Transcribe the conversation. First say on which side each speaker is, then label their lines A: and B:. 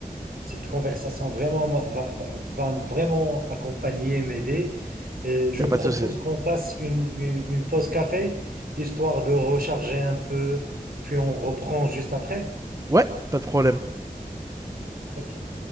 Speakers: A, on the right (about 75°); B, on the right (about 20°).
A: Cette conversation vraiment m'a- va, va- va me vraiment accompagner, m'aider. Euh, je
B: Il n'y
A: propose
B: a pas de souci.
A: qu'on fasse une, une, une pause café, histoire de recharger un peu, puis on reprend juste après.
B: Ouais, pas de problème.
A: Très bien.